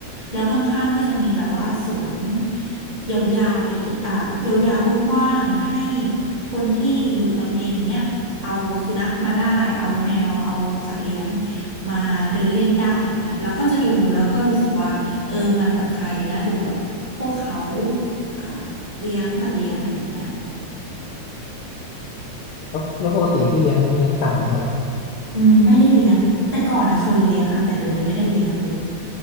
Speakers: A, on the right; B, on the left.
A: แล้วข้างๆก็จะมีแบบว่าสวนยาวๆใหญ่ๆอ่ายาวๆกว้างๆให้คนที่อยู่ตอนเย็นเนี้ย เอาสุนัขมาได้เอาแมวเอาสัตว์เลี้ยงมาเดินเล่นได้อย่างเงี้ยเราก็จะดูแล้วก็รู้สึกว่าเออมันผ่อนคลายดีนะดูแบบพวกเขาอ่าเลี้ยงสัตว์เลี้ยงอะไรอย่างเงี้ย
B: แล้วแล้วปกติพี่เลี้ยงเลี้ยงสัตว์ไหมครับ
A: อืมไม่ได้เลี้ยงแต่ก่อนนะเคยเลี้ยงค่ะแต่เดี๋ยวนี้ไม่ได้เลี้ยงเลย